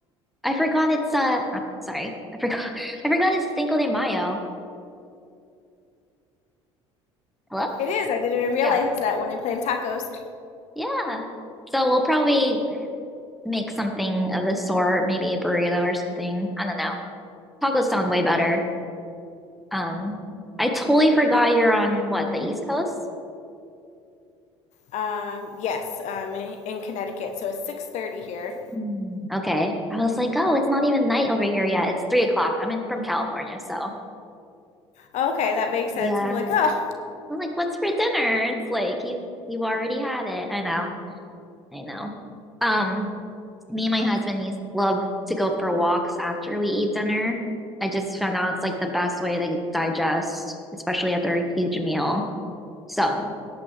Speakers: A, in the centre; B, on the left.
A: I forgot it's uh I'm sorry. I forgot <laughs> I forgot it's Cinco de Mayo. Hello?
B: It is. I didn't even realize
A: Yeah.
B: that when I planned tacos.
A: Yeah. So we'll probably make something of the sort, maybe a burrito or something. I don't know. Tacos sound way better. Um I totally forgot you're on what, the East Coast?
B: Um, yes, um, in, in Connecticut. So it's six thirty here.
A: Mm, okay. I was like, oh, it's not even night over here yet. It's three o'clock. I'm in from California, so
B: Okay, that makes
A: yeah.
B: sense. I'm like, oh,
A: I'm like, what's for dinner? It's like you you've already had it. I know. I know. Um Me and my husband needs love to go for walks after we eat dinner. I just found out it's like the best way to digest, especially after a huge meal. So